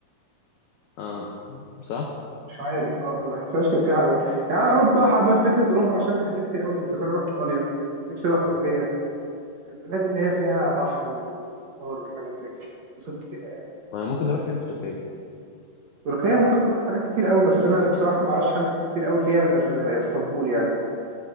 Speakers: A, on the left; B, on the right.
A: اه صح
B: مش عارف اه ما بحسهاش كسياحه قوي يعني اوروبا حابب فكره اوروبا عشان انا كان نفسي قوي من زمان اروح ايطاليا نفسي اروح تركيا البلاد اللي هي فيها بحر وانهار والحاجات زي كده اتبسط فيها يعني
A: ما ممكن نروح فين في تركيا
B: تركيا ممكن نروح حاجات كتير قوي بس انا بصراحه ما اعرفش حاجات كتير قوي فيها غير اسطنبول يعني